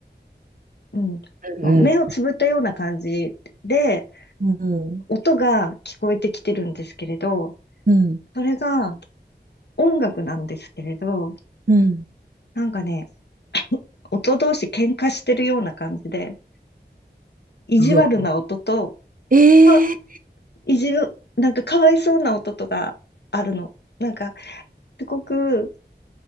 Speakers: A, on the left; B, on the right.
A: うん、
B: うん。
A: そう目をつぶったような感じで、
B: う
A: 音が聞こえてきてるんですけれど、
B: ん。
A: それが音楽なんですけれど、
B: うん。
A: なんかね、音同士喧嘩してるような感じで、意地悪な音と、
B: うわ。えー。
A: あ、意地、なんかかわいそうな音とかあるの。なんか、すごく